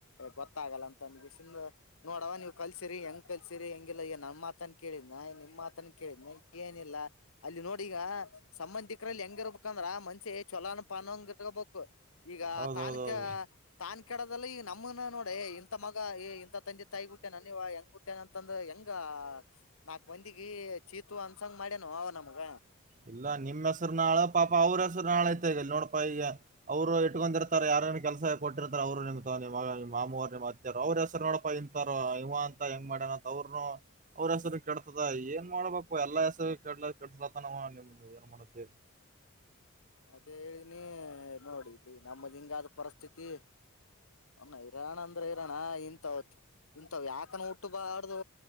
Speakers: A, on the left; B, on the right.
A: ಗೊತ್ತಾಗಲ್ಲ ಅಂತ ಬಿಸಿಲಿಗೆ ನೋಡವ ನೀವು ಕಲ್ಸಿರಿ ಹೆಂಗ್ ಕಲ್ಸಿರಿ ಹೆಂಗಿಲ್ಲ ಈ ನಮ್ಮ ಮಾತನ್ ಕೇಳಿದ್ನ ನಿಮ್ಮ ಮಾತನ್ ಕೇಳಿದ್ನ ಏನಿಲ್ಲಾ ಅಲ್ಲಿ ನೋಡಿ ಈಗ ಸಂಬಂಧಿಕರಲ್ಲಿ ಹೆಂಗಿ ಇರ್ಬೇಕಂದ್ರ ಮನಷ್ಯ ಛಳೋಣ ಪಾನಂಗ ಇಟ್ಕಬೇಕು. ಈಗ
B: ಹೌದೌದೌದು
A: ತಾನಕಾ ತಾನ್ ಕೆಡದಲ್ಲ ಈಗ ನಮ್ಮನ ನೋಡಿ ಇಂಥ ಮಗ ಇಂಥ ತಂದೆ ತಾಯಿಗೂ <unintelligible> ನೀವ್ ಹೆಂಗಹೂಟ್ಟ್ವವೊ ಅಂತಂದ್ರ ಹೆಂಗಾ ನಾಕ್ ಮಂದಿಗೆ ಛೀ, ತೂ ಅನ್ಸಂಗ ಮಾಡ್ಯನು ನಮ್ಮಗ.
B: ಇಲ್ಲಾ ನಿಮ್ಮ್ ಹೆಸರು ನಾಳ ಪಾಪ ಅವ್ರ ಹೆಸರು ನಾಳ ಐತೆ ಈಗ ನೋಡಕೊ ಈಗ. ಅವ್ರು ಇಟ್ಕೊಂಡಿರ್ತಾರೆ ಯಾರೇನ ಕೆಲಸ ಕೊಟ್ಟಿರ್ತಾರೆ ಅವರು ನಿಮ್ ಮಾಮವ್ರು ನಿಮತ್ತ ಅವ್ರ ಹೆಸರು ನೋಡಪಾ ಇಂತಾರ ಇವ ಅಂತ ಹೆಂಗ ಮಾಡ್ಯನ ಅಂತ ಅವ್ರನು ಅವ್ರ ಹೆಸರು ಕೆಡತದ ಏನ್ ಮಾಡ್ಬೇಕು ಎಲ್ಲಾ ಹೆಸರು ಕೇಡ್ಲ ಕೆಡ್ಸ ಅಂತ ಏನ್ ನಿಮ್ದು ಎನ್ಮಾಡ್ತಿ.
A: ಅದೇ ಹೇನೇ ನೋಡಿ ಇಲ್ಲಿ ನಮ್ಮದ್ ಹಿಂಗಾದ ಪರಿಸ್ಥಿತಿ. ನಮ್ಮ ಇರಾಣ ಅಂದ್ರೆ ಇರೋನ ಇಂತ ಅವತ್. ಇಂತವ್ ಯಾಕನ ಉಟ್ಟಬಾರ್ದು